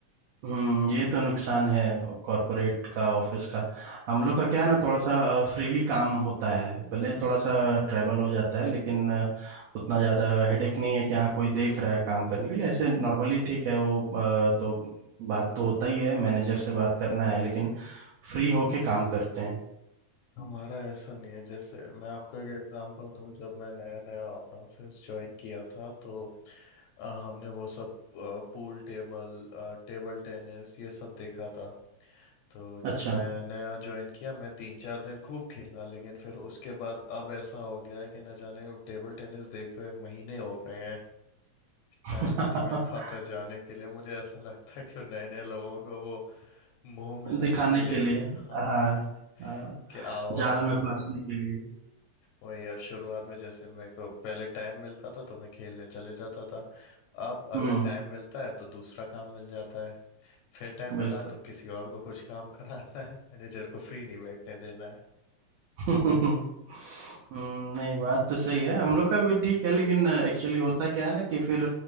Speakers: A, on the right; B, on the left.
A: हम्म ये तो नुकसान है कॉरपोरेट का ऑफिस का हम लोग का क्या है ना थोड़ा सा फ्रीली काम होता है भले थोड़ा सा ट्रैवल हो जाता है लेकिन अ, उतना ज़्यादा हेडेक नहीं है कि हाँ कोई देख रहा है काम करने के लिए ऐसे नॉर्मली ठीक है वो अ, तो बात तो होता ही है मैनेजर से बात करना है लेकिन फ्री होके काम करते हैं
B: हमारा ऐसा नहीं है जैसे मैं आपको एक एग्जांपल दूं जब मैं नया नया अपना ऑफिस ज्वाइन किया था तो अ, हमने वो सब पूल टेबल टेबल टेनिस ये सब देखा था तो जब
A: अच्छा
B: मैं नया ज्वाइन किया मैं तीन चार दिन खूब खेला लेकिन फिर उसके बाद अब ऐसा हो गया है कि न जाने टेबल टेनिस देखे महीने हो गए हैं
A: <laughs>
B: टाइम ही नहीं मिल पाता जाने के लिए मुझे ऐसा लगता है कि नए नए लोगों को वो मुंह में लाने
A: दिखाने
B: के लिए
A: के लिए
B: हाँ
A: हाँ हाँ
B: कि आओ आओ
A: जाल में फांसने के लिए
B: वही अब शुरुआत में जैसे मेरे को पहले टाइम मिलता था तो मैं खेलने चले जाता था अब अगर
A: हम्म
B: टाइम मिलता है तो दूसरा काम मिल जाता है फिर टाइम मिला
A: बिल्कुल
B: तो किसी और को कुछ काम कराना है मैनेजर को फ्री नहीं बैठने देना है
A: <laughs> हम्म, नहीं बात तो सही है हम लोग का भी ठीक है लेकिन एक्चुअली होता क्या है ना कि फिर